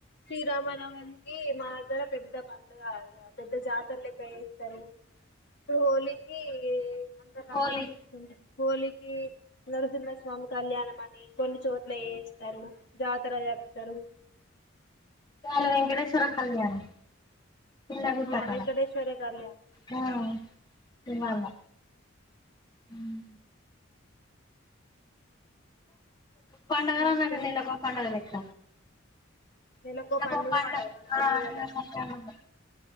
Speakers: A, on the left; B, on the left.
A: శ్రీరామనవమ్ వమికి మా దగ్గర పెద్ద పండుగ అది. పెద్ద జాతర లెక్క చేస్తరు, ఇప్పుడు హోలీకి అందర్ రంగులు
B: హోలీ
A: పూసుకుంటర్ హోలీకి నరసింహస్వామి కళ్యాణం అని, కొన్ని చోట్ ట్ల చేస్తరు, జాతర జర్పుతరు.
B: ట వెంకటేశ్వర కళ్యాణం. తెల్ల గుట్ట
A: ఆ
B: కాడ,
A: వెంకటేశ్వర కళ్యాణం
B: ఆ <unintelligible> ఉమ్ పండగలన్నంక
A: ఇంకా
B: నెలకో పండగ లెక్క.
A: నెలకో
B: అదొ
A: పండుగ
B: పండగ,
A: ఉంటది మన
B: ఆ <unintelligible>
A: తెలుగోళ్ళకు